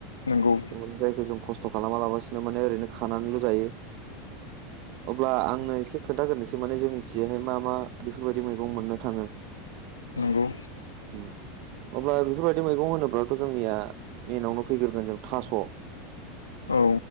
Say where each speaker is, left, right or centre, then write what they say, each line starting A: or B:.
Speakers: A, on the left (about 80°); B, on the right (about 50°).
A: नोंगौ।
B: माने जायखौ जों खस्थ' खालामालाबसिनो माने ओरैनो खानानैल' जायो। अब्ला आंनो एसे खोथाग्रोनोसै माने जोंनि सेहाय मा मा बेफोरबायदि मैगं मोननो थाङो।
A: नंगौ।
B: उम। अब्ला बेफोरबायदि मैगं होनोब्लाथ' जोंनिया मेनावनो फैग्रोगोन जों थास'
A: औ